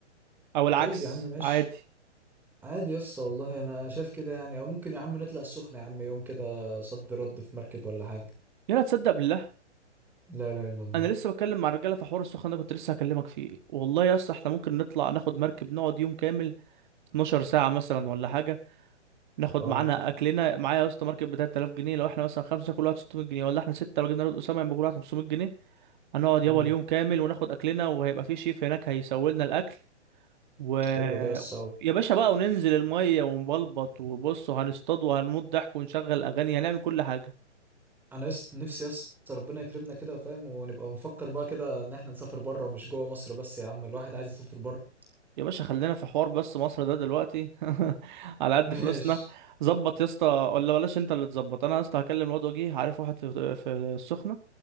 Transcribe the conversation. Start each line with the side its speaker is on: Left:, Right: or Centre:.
Right: او العكس
Centre: طيب يا عم ماشي
Right: عادي
Centre: عادي يا اسطى والله انا شايف كده يعني او ممكن يا عم نطلع السخنة يا عم يوم كده صد رد في مركب ولا حاجة
Right: يلا تصدق بالله
Centre: لا لا الا الله
Right: انا لسه بتكلم مع الرجاله في حوار السخن ده كنت لسه هكلمك فيه والله يا اسطى احنا ممكن نطلع ناخد مركب نقعد يوم كامل 12 ساعة مثلا ولا حاجة ناخد
Centre: اه
Right: معانا اكلنا معايا يا اسطى ماركت ب 3000 جنيه لو احنا مثلا خمسه كل واحد 600 جنيه ولا احنا سته لو جبنا رد اسامه يبقى كل واحد 500 جنيه هنقعد يابا
Centre: امم
Right: اليوم كامل وناخد اكلنا وهيبقى في شيف هناك هيسوي لنا الاكل و
Centre: حلوة دي يا اسطى أوي.
Right: يا باشا بقى وننزل الميه ونبلبط وبص وهنصطاد وهنموت ضحك ونشغل اغاني هنعمل كل حاجه
Centre: انا يس نفسي يا اسطى ربنا يكرمنا كده فاهم ونبقى نفكر بقى كده ان احنا نسافر بره مش جوه مصر بس يا عم الواحد عايز يسافر بره
Right: يا باشا خلينا في حوار بس مصر ده دلوقتي <laughs> على قد
Centre: <laughs> ماشي
Right: فلوسنا ظبط يا اسطى ولا بلاش انت اللي تظبط انا يا اسطى هكلم الواد وجيه عارف واحد في في السخنه